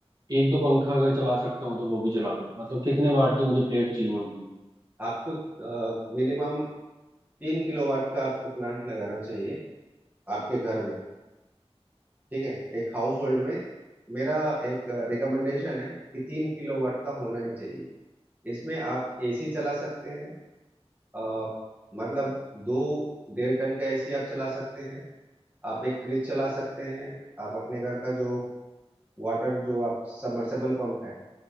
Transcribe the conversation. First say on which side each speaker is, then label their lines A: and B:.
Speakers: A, on the right; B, on the right.
A: एक दो पंखा अगर चला सकता हूँ तो वो भी चला लूँ मतलब कितने वाट की मुझे प्लेट चाहिए
B: आपको मिनिमम तीन किलोवाट का आपको प्लांट लगाना चाहिए आपके घर में ठीक है एक हाउस होल्ड में मेरा एक रिकमेंडेशन है कि तीन किलो वाट का होना ही चाहिए इसमें आप एसी चला सकते हैं अ, मतलब दो डेढ़ टन का एसी आप चला सकते हैं आप एक फ्रिज चला सकते हैं आप अपने घर का जो वाटर जो आप सबमर्सिबल पंप है